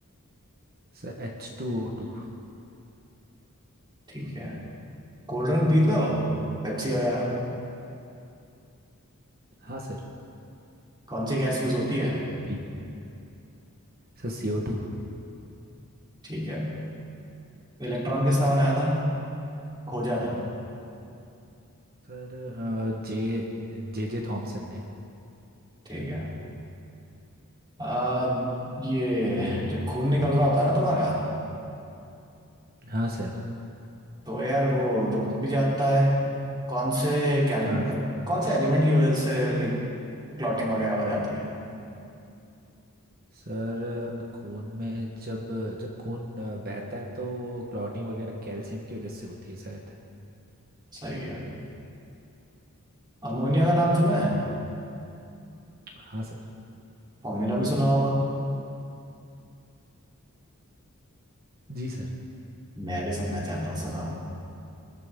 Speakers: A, on the right; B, on the right.
A: सर एच टू ओ टू
B: ठीक है कोल्ड ड्रिंक पीते हो पेप्सी वगैरह
A: हाँ सर
B: कौन सी गैस यूज होती है
A: पीते हैं। Sir सी ओ टू
B: ठीक है इलेक्ट्रॉन किसने बनाया था खोजा था
A: सर अ, जे जे जे थॉमसन ने
B: ठीक है आ, ये जब खून निकल रहा होता है ना तुम्हारा
A: हाँ सर
B: तो यार वो रुक भी जाता है कौन से केमिकल
A: हाँ
B: कौन से एलिमेंट की वजह से लाइक क्लॉटिंग वगैरह हो जाती है
A: सर अ, खून में जब जब खून अ, बहता है तो क्लॉटिंग वगैरह कैल्शियम की वजह से होती है शायद
B: सही है अमोनिया का नाम सुना है
A: हाँ सर
B: फॉर्मूला भी सुना होगा
A: जी sir
B: मैं भी सुनना चाहता हूँ सुनाओ